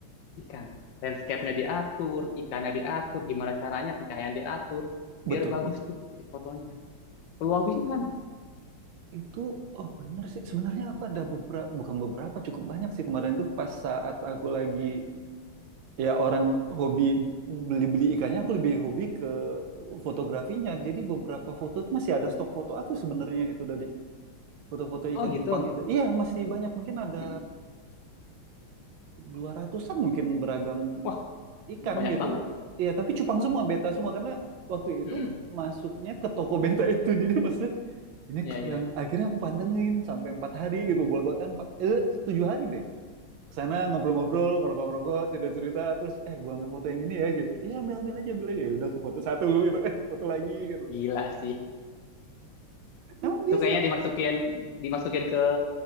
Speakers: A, on the left; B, on the right.
A: ikan landscape-nya diatur ikannya diatur gimana caranya pencahayaan diatur
B: betul,
A: biar bagus
B: betul.
A: tuh si fotonya peluang bisnis kan
B: Itu, oh bener sih. Sebenarnya aku ada beberapa, bukan beberapa, cukup banyak sih kemarin itu pas saat aku lagi, ya orang hobi beli-beli ikannya, aku lebih hobi ke fotografinya. Jadi beberapa foto itu masih ada stok foto aku sebenarnya itu dari foto-foto ikan
A: oh gitu
B: cupang itu. Iya, masih banyak. Mungkin ada
A: Mm-mm.
B: 200-an mungkin beragam
A: wah
B: ikan
A: banyak
B: gitu
A: banget
B: loh. Iya, tapi cupang semua beta semua karena waktu itu
A: Mm-mm.
B: masuknya ke toko beta itu. <laughs> Jadi pas lihat ini
A: ya
B: keren.
A: ya
B: Akhirnya aku pantengin sampai empat hari gitu bolak eh, empat eh, tujuh hari deh. Kesana ngobrol-ngobrol, ngerokok-ngerokok, cerita-cerita, terus eh gua ambil foto yang ini ya gitu. Iya ambil ambil aja, ambil aja. Ya udah aku foto satu gitu kan, <laughs> foto lagi gitu.
A: gila sih
B: Emang bisa?
A: itu kayaknya dimasukin dimasukin ke